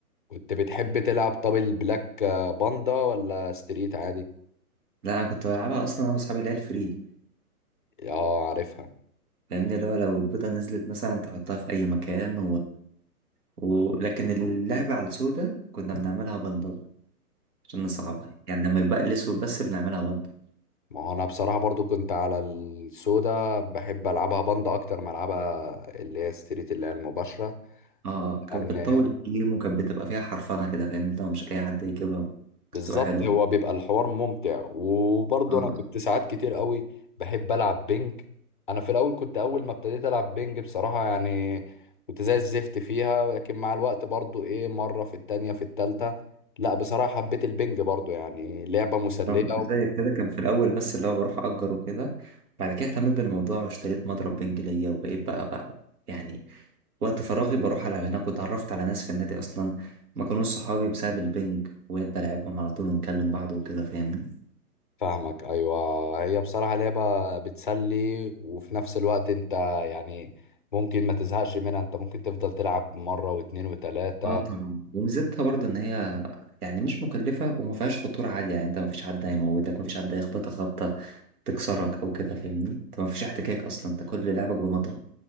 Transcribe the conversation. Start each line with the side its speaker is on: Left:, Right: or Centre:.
Left: كنت بتحب تلعب طب البلاك آه، باندا ولا ستريت عادي؟
Right: لا انا كنت بلعبها اصلا انا واصحابي اللي هي الفري
Left: اه عارفها
Right: فاهمني اللي هو لو البيضه نزلت مثلا تحطها في اي مكان ولكن اللعبة على السوداء كنا بنعملها بندة بقى عشان نصعبها يعني لما يبقى الأسود بس بنعملها بندة
Left: ما هو انا بصراحة برضو كنت على السودا بحب العبها بند اكتر ما العبها اللي هي ستريت اللي هي المباشرة
Right: اه كانت
Left: لان
Right: بتطول الجيم وكانت بتبقى فيها حرفنة كده فاهمني لو مش أي حد يجيبها
Left: بالظبط
Right: بتبقى حلوة
Left: هو بيبقى الحوار ممتع وبرضو
Right: اه
Left: انا كنت ساعات كتير قوي بحب العب بينج انا في الاول كنت اول ما ابتديت العب بينج بصراحة يعني كنت زي الزفت فيها لكن مع الوقت برضو ايه مرة في التانية في التالتة لا بصراحة حبيت البينج برضو يعني لعبة مسلية
Right: أنا كنت زيك كده كان في الأول بس اللي هو بروح أجر وكده بعد كده اهتميت بالموضوع واشتريت مضرب بنج ليا وبقيت بقى بقى يعني وقت فراغي بروح ألعب هناك واتعرفت على ناس في النادي أصلا ما كانوش صحابي بسبب البنج وبقيت بلعبهم على طول ونكلم بعض وكده فاهمني
Left: فاهمك ايوه هي بصراحه لعبه بتسلي وفي نفس الوقت انت يعني ممكن ما تزهقش منها انت ممكن تفضل تلعب مره واتنين وتلاته
Right: اه طبعا وميزتها برضو ان هي يعني مش مكلفة وما فيهاش خطورة عالية يعني انت ما فيش حد هيموتك ما فيش حد هيخبطك خبطة تكسرك او كده فاهمني انت ما فيش احتكاك اصلا انت كل لعبك بمضرب